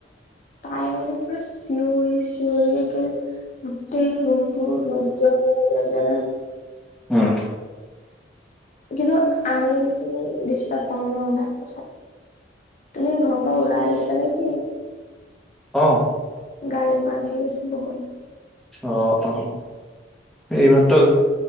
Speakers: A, on the left (about 40°); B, in the centre.
A: আৰু পুৰা চিঞৰি চিঞৰি গোটেই ৰুমটো <unintelligible>
B: উম
A: কিন্তু আমিতো বিশ্বাস কৰো ন তাক তুমি ঘৰৰ পৰা ওলাই আহিছা নে কি
B: অ
A: গাড়ী মাত আহি আছে বহুত
B: অ অ এইমাত্ৰ